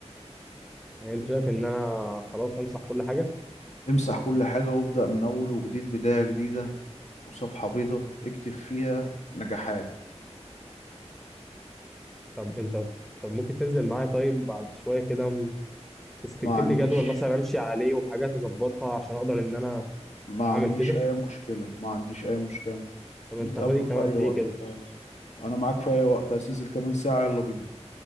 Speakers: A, in the centre; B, on the left.
A: يعني انت شايف ان انا خلاص امسح كل حاجه
B: امسح كل حاجة وابدأ من أول وجديد بداية جديدة وصفحة بيضة اكتب فيها نجاحات
A: طب انت طب ممكن تنزل معايا طيب بعد شويه كده م- بس تكتب
B: ما عنديش
A: لي جدول مثلا امشي عليه وحاجات اظبطها عشان اقدر ان انا
B: ما
A: اعمل
B: عنديش
A: كده
B: أي مشكلة ما عنديش أي مشكلة
A: طب انت
B: نتقابلوا
A: فاضي كمان
B: في أي
A: قد
B: وقت
A: ايه كده
B: طيب. أنا معاك في أي وقت عايز تنزل كمان ساعة يلا بينا